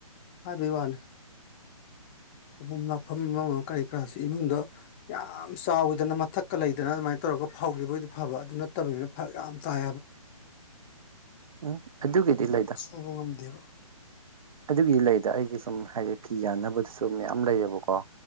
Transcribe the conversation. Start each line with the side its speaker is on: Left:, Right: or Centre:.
Left: ꯍꯥꯏꯕꯩ ꯋꯥꯅꯦ ꯐꯝ ꯂꯥꯛꯐꯝ ꯑꯃ ꯀꯔꯤ ꯀꯔꯥꯁꯤ ꯏꯃꯨꯡꯗ ꯌꯥꯝ ꯆꯥꯎꯗꯅ ꯃꯊꯛꯀ ꯂꯩꯗꯅ ꯑꯗꯨꯃꯥꯏ ꯇꯧꯔꯒ ꯐꯧꯒꯤꯕ ꯑꫭꯏꯗꯤ ꯐꯕ ꯑꯗꯨ ꯅꯠꯇꯕꯅꯤꯅ ꯐꯔꯛ ꯌꯥꯝ ꯇꯥꯏ
Right: ꯎꯝ ꯑꯗꯨꯒꯤꯗꯤ ꯂꯩꯗ
Left: ꯎꯧꯕ ꯉꯝꯗꯦꯕ
Right: ꯑꯗꯨꯒꯤ ꯂꯩꯗ ꯑꯩꯒꯤ ꯁꯨꯝ ꯍꯥꯏꯗꯤ ꯐꯤ ꯌꯥꯟꯅꯕꯗꯨꯁꯨ ꯃꯌꯥꯝ ꯂꯩꯌꯦꯕꯀꯣ